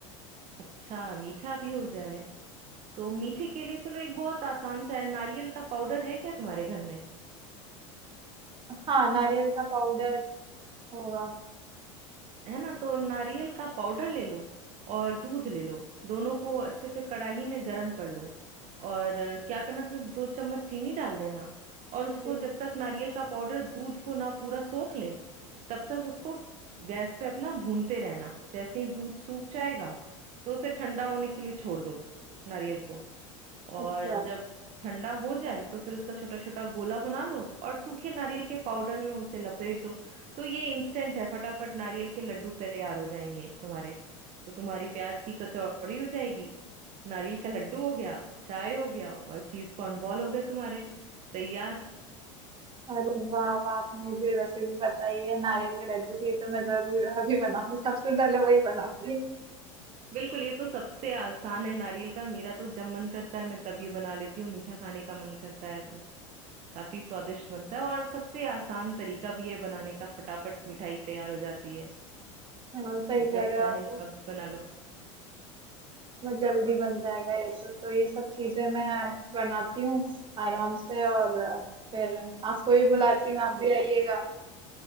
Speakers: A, on the right; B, on the right.
A: अच्छा मीठा भी हो जाए तो
B: जी
A: मीठे के लिए चलो एक बहुत आसान सा है नारियल का पाउडर है क्या तुम्हारे घर में
B: हाँ नारियल का पाउडर होगा
A: है ना तो नारियल का पाउडर ले लो और दूध ले लो दोनों को अच्छे से कढ़ाई में गरम कर लो और अ, क्या करना उसमें दो चम्मच चीनी डाल देना और उसको
B: जी
A: जब तक नारियल का पाउडर दूध को ना पूरा सोख ले तब तक उसको गैस पे अपना भूनते रहना जैसे ही दूध सूख जाएगा तो उसे ठंडा होने के लिए छोड़ दो नारियल को और
B: अच्छा
A: जब ठंडा हो जाए तो फिर उसका छोटा छोटा गोला बना लो और सूखे नारियल के पाउडर में उसे लपेट दो तो ये इंस्टेंट है फटाफट नारियल के लड्डू तैयार हो जाएंगे तुम्हारे तो तुम्हारी प्याज की कचौड़ी हो जाएगी नारियल का लड्डू हो गया चाय हो गया और चीज कॉर्न बॉल हो गए तुम्हारे तैयार
B: अरे वाह वाह आपने जो रेसिपी बताई है नारियल के लड्डू की ये तो मैं जरूर अभी बनाऊंगी सबसे पहले वही बनाऊंगी
A: बिल्कुल ये तो सबसे आसान है नारियल का मेरा तो जब मन करता है मैं तब ये बना लेती हूँ मीठा खाने का मन करता है तो काफी स्वादिष्ट बनता है और सबसे आसान तरीका भी है बनाने का फटाफट मिठाई तैयार हो जाती है
B: हाँ सही
A: तो
B: कह
A: जब
B: रहे
A: चाहे
B: हो आप
A: तब बना लो
B: बहुत जल्दी बन जाएगा ये तो तो ये सब चीजें मैं बनाती हूँ आराम से और अ, फिर आपको भी बुलाती हूँ आप भी आइएगा